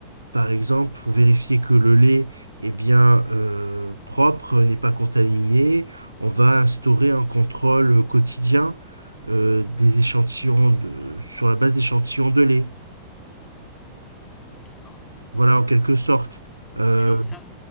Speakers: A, on the right; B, on the left.
A: par exemple, pour vérifier que le lait est bien euh, propre, n'est pas contaminé, on va instaurer un contrôle quotidien euh, des échantillons de- sur la base d'échantillons de lait.
B: d'accord.
A: Voilà, en quelque sorte. Euh,
B: Et donc ça,